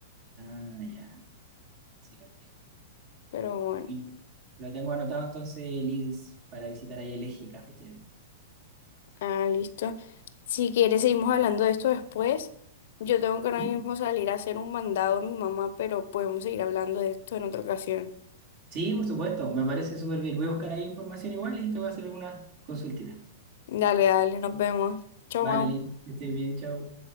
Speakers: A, on the right; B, on the left.
A: Ah, ya, sí, lo entiendo.
B: Pero bueno,
A: Y Lo tengo anotado entonces, Lidis, para visitar ahí el eje cafetero.
B: ah, listo. Si quieres, seguimos hablando de esto después. Yo tengo que ahora
A: ¿Sí?
B: mismo salir a hacer un mandado a mi mamá, pero podemos seguir hablando de esto en otra ocasión.
A: Sí, por supuesto, me parece súper bien. Voy a buscar ahí información igual y te voy a hacer alguna consultita.
B: Dale, dale, nos vemos. Chao,
A: Vale,
B: mamá.
A: Lin, que estés bien, chao.